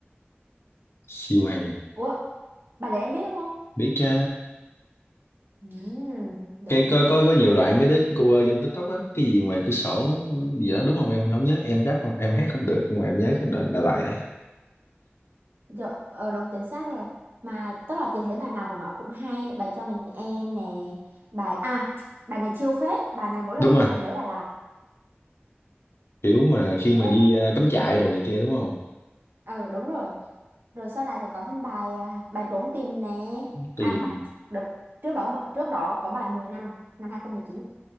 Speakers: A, on the left; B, on the right.
A: siêu hay
B: ủa bài đấy em biết đúng không
A: biết chứ
B: ừ đúng
A: cái có có có nhiều đoạn mấy đứa cô ơi trên TikTok á cái gì ngoài cửa sổ gì đó đúng không em không nhớ em rap không em hát không được nhưng mà em nhớ cái đoạn Đà Lạt đó
B: Dạ, ờ đúng chính xác rồi. Mà tức là chị thấy bài nào của nó cũng hay, bài cho mình em nè, bài à, bài này chiêu phết, bài này mỗi
A: đúng
B: lần
A: rồi
B: nghe là nhớ Đà Lạt.
A: kiểu mà khi
B: Thế
A: mà
B: à?
A: đi ờ, cắm trại đồ này kia đúng không
B: Ờ đúng rồi. Rồi sau này thì có thêm bài à, bài trốn tìm nè.
A: thì
B: À mà đúng, trước đó trước đó có bài 10 năm năm hai không một chín